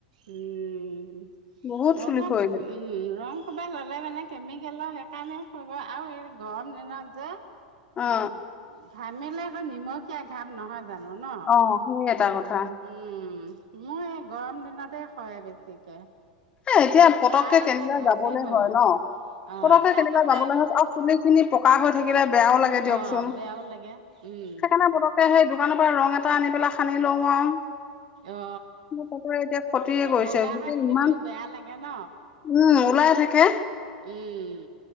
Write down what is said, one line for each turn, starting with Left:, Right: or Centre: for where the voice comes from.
Right: উম
Left: বহুত
Right: ৰঙা
Left: চুলি সৰিলে
Right: উম ৰং। কবা ল'লে মানে কেমিকেলৰ সেইকাৰণেও খাব আৰু গৰম দিনত যে
Left: অ
Right: এই ঘামিলে নিমখীয়া ঘাপ নহয়। জানো ন
Left: অ সেই এটা কথা।
Right: উম, মোৰ এই গৰম দিনতে হয় বেছিকে।
Left: হে এতিয়া পতককে
Right: তাৰপা
Left: কেনেবা
Right: যে গজিব
Left: যাবলৈ হয়
Right: অ
Left: ন। পততকে
Right: তাৰপা
Left: কেনেবা যাবলৈ
Right: যে
Left: আৰু চুলি খিনি পকা হৈ থাকিলে বেয়াও লাগে দিয়কচোন।
Right: অ বেয়াও লাগে উম
Left: সেইকাৰণে পতককে সেই দোকানৰ পৰা ৰং এটা আনি পেলাই সানি লও আৰু।
Right: অ
Left: মোৰ কুকুৰে এতিয়া খটি
Right: এ
Left: কৰিছে
Right: বগা
Left: গোটেই
Right: হৈ থাকিলেও
Left: ইমান
Right: বেয়া লাগে ন
Left: উম ওলাই থাকে।
Right: উম